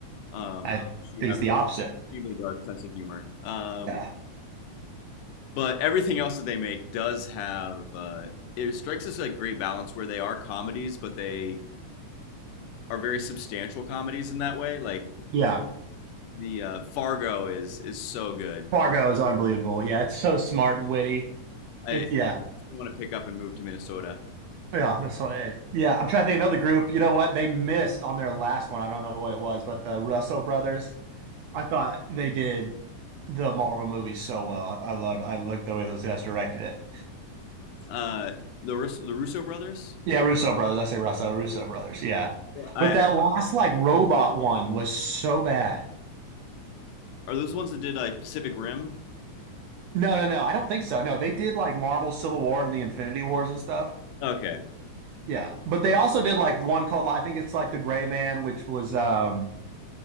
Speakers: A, on the left; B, on the right.
A: Um,
B: I think
A: you have
B: it's
A: an
B: the opposite.
A: extremely dark sense of humor. Um,
B: Yeah.
A: but everything else that they make does have uh, it strikes us like great balance where they are comedies, but they are very substantial comedies in that way. Like
B: Yeah.
A: the uh, Fargo is is so good.
B: Fargo is unbelievable. Yeah, it's so smart and witty.
A: I,
B: It's
A: if
B: yeah.
A: want to pick up and move to Minnesota,
B: Yeah, that's what it- yeah. I'm trying to think of another group. You know what? They missed on their last one. I don't know what it was, but the Russo brothers. I thought they did the Marvel movies so well. I, I loved I liked the way those guys directed it.
A: uh, the the Russo brothers.
B: Yeah, Russo brothers. I say Russo, Russo brothers. Yeah.
A: I,
B: But that last like robot one was so bad.
A: Are those the ones that did like Pacific Rim?
B: No, no, no. I don't think so. No, they did like Marvel Civil War and the Infinity Wars and stuff.
A: Okay,
B: Yeah. But they also did like one called I think it's like The Gray Man, which was um